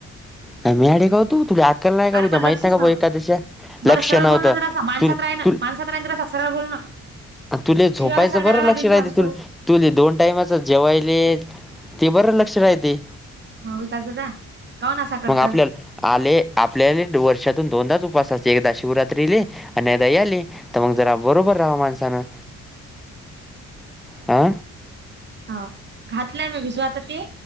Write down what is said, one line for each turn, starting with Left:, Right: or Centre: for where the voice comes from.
Centre: का म्याड आहे का तूल आ. ल नाही
Right: अरे
Centre: का उद्या
Right: पण
Centre: माहित
Right: लक्षच
Centre: नाही
Right: नव्हतं.
Centre: का एखादश
Right: बरं
Centre: लक्ष
Right: सरळ
Centre: नव्हत
Right: बोलणं जरासा माणसात
Centre: तु
Right: राय ना
Centre: तु.
Right: माणसात राय जरासा सरळ बोलणं.
Centre: तुला झोपायचं
Right: शिव्या कशाला द्यायला
Centre: बरं
Right: लागला
Centre: लक्ष
Right: बिनफालतू
Centre: राहते तु. तुले दोन टाइमाच जेवायले ते बरं लक्ष राहते.
Right: म विकास दादा काऊन असा करतं
Centre: मग आपल्याला. आले आपल्याले वर्षातून दोनदाच उपसाचे एकदा शिवरात्रीले आणिदा आले. तर मग जरा बरोबर राहा माणसानं.
Right: <unintelligible>
Centre: हा
Right: हा घातलाय मग भिजू आता ते?